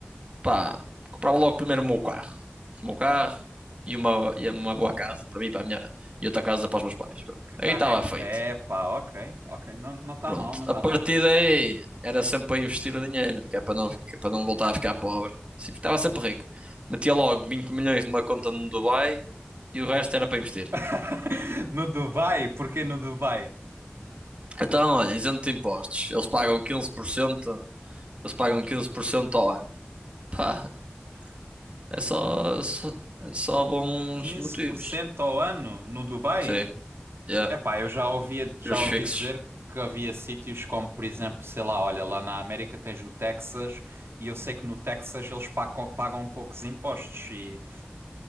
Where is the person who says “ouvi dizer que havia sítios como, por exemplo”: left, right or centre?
Right